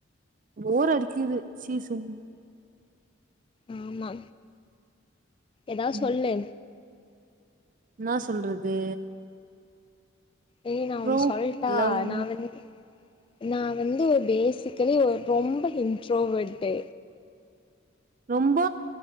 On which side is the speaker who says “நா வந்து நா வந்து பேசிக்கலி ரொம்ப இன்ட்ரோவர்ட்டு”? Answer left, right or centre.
Left